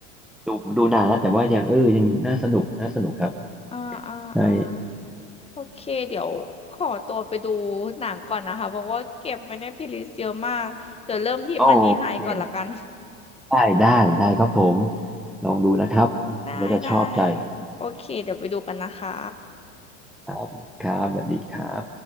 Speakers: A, in the centre; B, on the left (about 15°).
A: ดูดูนานแล้วแต่ว่ายังเออยังน่าสนุกน่าสนุกครับ
B: อ่าอ่าอ่า
A: ใช่
B: โอเคเดี๋ยวขอตัวไปดูหนังก่อนนะคะ เพราะว่าเก็บไว้ในเพลย์ลิสต์เยอะมากเดี๋ยวเริ่มที่มันนี่ไฮก่อนละกัน
A: โอเคได้ได้ได้ครับผมลองดูนะครับ
B: ได้ได้
A: น่าจะชอบใจ
B: โอเคเดี๋ยวไปดูกันนะคะ
A: ครับครับสวัสดีครับ